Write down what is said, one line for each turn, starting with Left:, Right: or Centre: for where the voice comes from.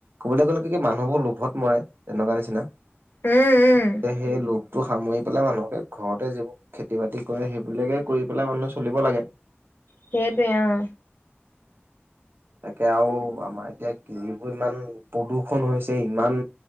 Right: কবলৈ গলে কি কি মানুহবোৰ লোভত মৰে, তেনেকুৱা নিচিনা।
Left: উম উম।
Right: সেই লোভটো সামৰি। পেলাই মানুহকে ঘৰতে যিবোৰ খেতি বাতি কৰে সেইবিলাকে কৰি পেলাই মানুহে চলিব লাগে।
Left: সেইটোৱে অ।
Right: তাকে আৰু আমাৰ এতিয়া। যিবোৰ ইমান প্ৰদূ্ষন হৈছে ইমান